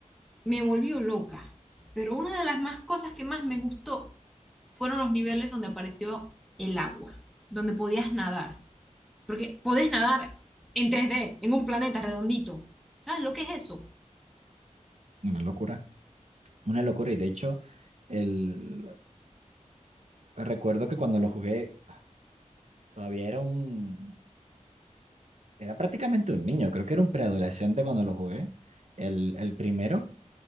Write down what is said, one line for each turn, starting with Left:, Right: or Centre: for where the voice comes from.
Centre: me volvió loca. Pero una de las más cosas que más me gustó fueron los niveles donde apareció el agua, donde podías nadar. Porque podés nadar en tres d en un planeta redondito. ¿Sabes lo que es eso?
Right: Una locura. Una locura. Y de hecho, el... recuerdo que cuando lo jugué, todavía era un... Era prácticamente un niño, creo que era un preadolescente cuando lo jugué, el, el primero.